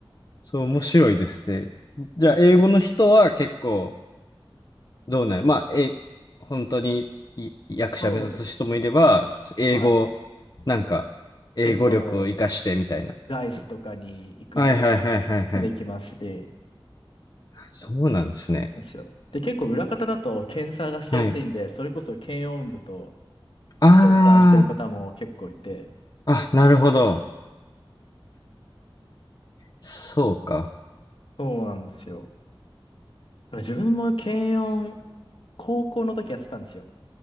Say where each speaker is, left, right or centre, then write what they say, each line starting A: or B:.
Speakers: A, on the left; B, on the left.
A: そう、面白いですね。じゃあ、英語の人は結構、どうなるまあ、え、本当にい役者目指す人もいれば、
B: そうです。
A: 英語、
B: はい。
A: なんか、英語力を活かしてみたいな。
B: 結構、外資とかに行く人が
A: はいはいはいはいはい。
B: 出てきますし、
A: そうなんですね。
B: むしろで、結構裏方だと検査がしやすいんで、
A: はい。
B: それこそ検温部と
A: あ
B: 検査してる方も結構いて、
A: あ、あ、なるほど。そうか。
B: そうなんですよ。だから自分も検温、高校の時やってたんですよ。